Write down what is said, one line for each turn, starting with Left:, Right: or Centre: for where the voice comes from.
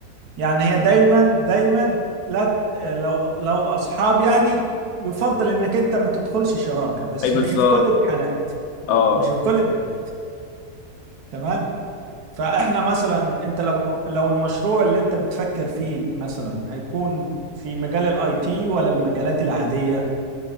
Right: يعني هي دايما دايما لا لو لو اصحاب يعني يفضل انك انت ما تدخلش شراكة بس
Left: أي بالظبط
Right: مش في كل الحالات
Left: أه
Right: مش في كل الحالات تمام فاحنا مثلا انت لو لو المشروع اللي انت بتفكر فيه مثلا هيكون في مجال الاي تي ولا المجالات العادية؟